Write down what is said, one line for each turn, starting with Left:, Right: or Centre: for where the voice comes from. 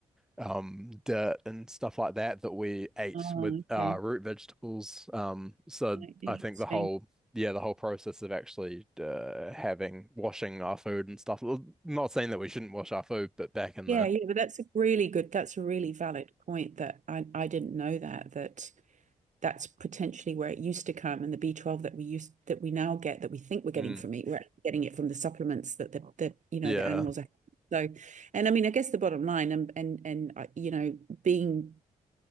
Centre: um, dirt and stuff like that that we ate
Right: Oh,
Centre: with uh,
Right: okay.
Centre: root vegetables. Um, so
Right: Right, Interesting.
Centre: I think the whole yeah the whole process of actually uh, having washing our food and stuff. well, Not saying that we shouldn't wash our food, but back in
Right: Yeah,
Centre: the
Right: yeah, but that's a really good, that's a really valid point that I, I didn't know that, that that's potentially where it used to come and the b12 that we used that we now get that we think we're getting
Centre: Mm.
Right: from meat we're getting it from the supplements that the, the you know
Centre: yeah,
Right: the animals are so and i mean i guess the bottom line and and and uh, you know being